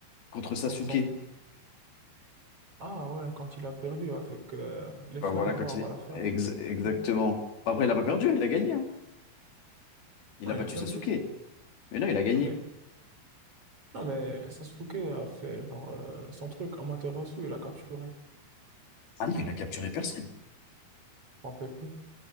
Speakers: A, on the left; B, on the right.
A: contre Sasuke.
B: Contre son frère? Ah ouais, quand il a perdu avec euh, les flammes
A: Euh, Voilà,
B: noires
A: quand il est.
B: à la fin.
A: Ex- Exactement.
B: Ouais,
A: Après, il a pas
B: ouais.
A: perdu, hein, il a gagné. hein. Il
B: Non,
A: a
B: il
A: battu
B: a perdu.
A: Sasuke. Mais non, il a gagné.
B: Non, mais, non, mais Sasuke a fait genre euh, son truc. Amaterasu, il a capturé. Je
A: Ah non, il a capturé personne.
B: m'en rappelle plus.